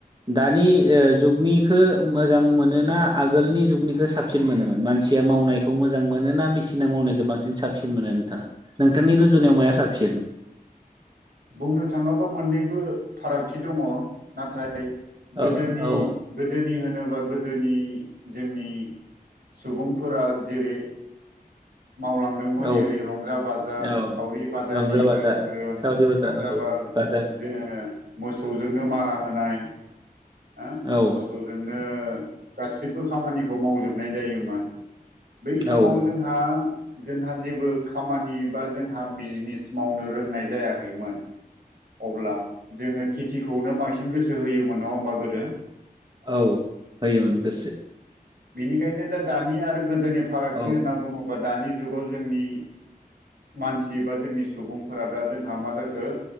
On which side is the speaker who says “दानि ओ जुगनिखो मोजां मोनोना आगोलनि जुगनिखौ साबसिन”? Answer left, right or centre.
Right